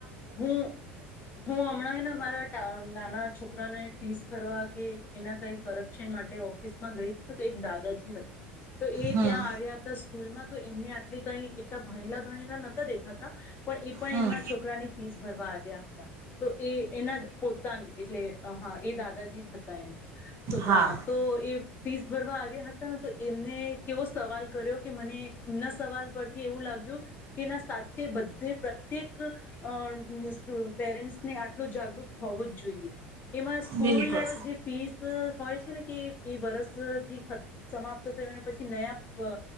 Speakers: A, on the left; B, on the right.
A: હું હું હમણાંને મારા નાના છોકરાને ફીસ ભરવા ગે એના કઈ કરકશન માટે ઓફિસમાં ગઈ હતી ને તો એક દાદાજી હતા તો એ
B: હમ
A: ત્યાં આવ્યા હતા સ્કૂલમાં તો એમને આટલી કઈ એ એટલા ભણીલા ગ ગળેલા દેખાતા પણ એ પણ
B: હમ
A: એમના છોકરાની <unintelligible> આવિયા હતા તો એ એના પોતાની એટલે હા એ દાદાજી જ હતા એમના છોકરાના
B: હા
A: તો એ ફીસ ભરવા આવ્યા હતા ને તો એમને કેવો સવાલ કર્યો કે મને એમના સવાલ પરથી એવું લાગ્યું કે એના સા કે બધે પ્રત્યેક <unintelligible> પેરેન્ટ્સ ને આટલો જાગૃત હોવું જ જોઈએ. એમાં સ્કૂલ
B: બિલકુલ
A: જે ફીસ હોય છે ને કે એ વરષ થી સમાપ્ત થયું પછી નયા